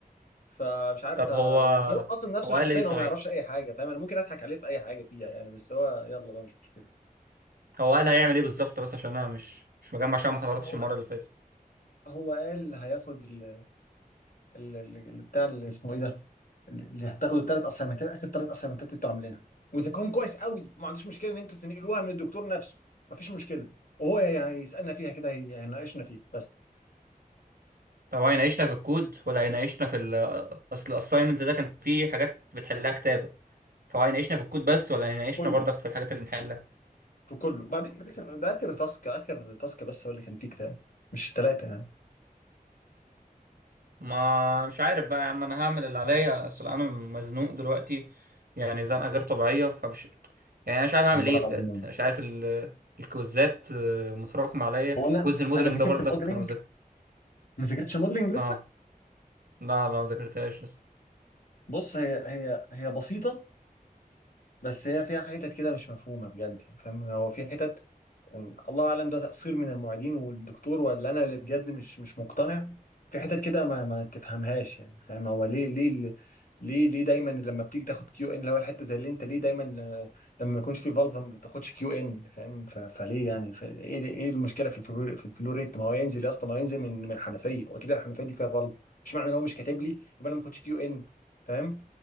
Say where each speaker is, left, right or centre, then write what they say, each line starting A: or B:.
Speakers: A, on the left; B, on the right.
A: فمش عارف
B: طب
A: ه-
B: هو
A: وفاروق اصلا نفسه
B: هو قال
A: شخصيا
B: ايه صحيح
A: هو ما يعرفش اي حاجه فاهم انا ممكن اضحك عليه في اي حاجه فيها يعني بس هو يلا بقى مش مشكله
B: هو قال هيعمل ايه بالظبط بس عشان انا مش مش مجمع عشان ما حضرتش
A: هو
B: المره اللي فاتت
A: هو قال هياخد ال- ال- ال- ال- بتاع اللي اسمه ايه ده اللي هتاخدوا الثلاث اسايمنتات اخر ثلاث اسايمنتات انتوا عاملينها وذاكرهم كويس قوي وما عندوش مشكله ان انتوا بتنقلوها من الدكتور نفسه ما فيش مشكله وهو هيسالنا فيها كده هي- هيناقشنا فيها بس
B: طب هو هيناقشنا في الكود ولا هيناقشنا في ال اصل الاساينمنت ده كان فيه حاجات بتحلها كتابة فهو هيناقشنا في الكود بس ولا هيناقشنا
A: في كله
B: برضك في الحاجات اللي نحلها
A: في كله بعدين ده اخر ده آخر تاسك اخر تاسك بس هو اللي كان فيه كتاب مش الثلاثه يعني
B: ما مش عارف بقى يا عم انا هعمل اللي عليا اصل انا مزنوق دلوقتي يعني زنقة غير طبيعية فمش يعني انا مش عارف اعمل
A: والله
B: ايه
A: العظيم
B: بجد مش عارف ال... الكوزات آه، متراكمة عليا
A: هو انا
B: كوز الموديلنج
A: انا ذاكرت
B: ده برضك
A: الموديلنج
B: انا مذاكر
A: ما ذاكرتش الموديلنج لسه
B: اه لا لا ما ذاكرتهاش لسه
A: بص هي هي هي بسيطه بس هي فيها حتت كده مش مفهومه بجد يعني فاهم هو في حتت يعني الله اعلم ده تقصير من المعيدين والدكتور ولا انا اللي بجد مش مش مقتنع في حتت كده ما ما تفهمهاش يعني فاهم هو ليه ليه ال- ليه ليه دايما لما بتيجي تاخد كيو ان اللي هو الحته زي اللي انت ليه دايما ل- لما ما يكونش في فالف ما بتاخدش كيو ان فاهم ف- فليه يعني ف- ايه ايه المشكله في الفلور في الفلوريت ما هو ينزل يا اسطى ما هو ينزل من من الحنفيه واكيد الحنفيه دي فيها فالف مش معنى ان هو مش كاتب لي يبقى انا ما باخدش كيو ان فاهم